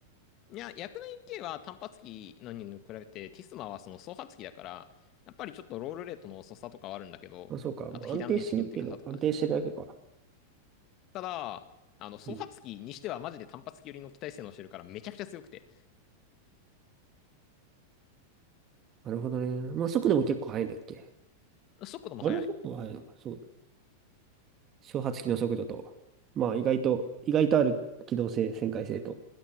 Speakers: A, on the left; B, on the right.
A: う。いや、109K は単発機のに比べて、ティスマはその双発機だから、やっぱりちょっとロールレートの遅さとかはあるんだけど、
B: まあ、そうか。
A: あと被弾面積のでかさとかね。
B: まあ、安定してるけど、安定してるだけか。
A: ただ、あの、双発機にしてはマジで単発機寄りの機体性能してるからめちゃくちゃ強くて、
B: うん。なるほどね。まあ、速度も結構速いんだっけ
A: 速度も速い。
B: あれ、速度は速いのか。そう。小発機の速度と、まあ意外と、意外とある機動性、旋回性と。